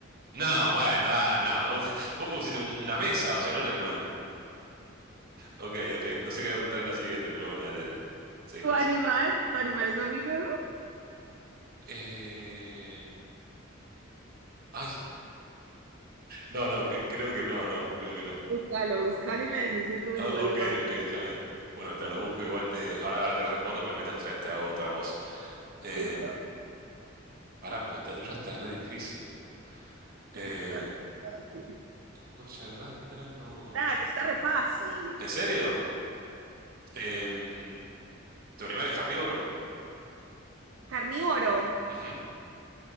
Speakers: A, on the right; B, on the right.
A: No, bueno, ah, no. Vos, vos pusiste un- una mesa, o sea, no un animal. Ok, ok. No sé qué voy a preguntar en la siguiente, pero bueno, dale, dale. Seguís
B: ¿Tu
A: vos.
B: animal? ¿Tu animal es mamífero?
A: Eh... Ay, No, no, que- creo que no, no, creo que no.
B: Búscalo, búscalo y me decís si tu
A: Ah,
B: animal
A: ok,
B: es mamífero.
A: ok, déjame. Bueno, mientras lo busco, igual te. Ahora, ahora te lo respondo, pero mientras tra- te hago otra voz. Em,
B: Listo.
A: pará, porque esta tuya está re difícil. Eh,
B: Está re fácil.
A: no se arrastra, no.
B: Nada, que está re fácil.
A: ¿En serio? Em, ¿tu animal es carnívoro?
B: Carnívoro.
A: Ujú.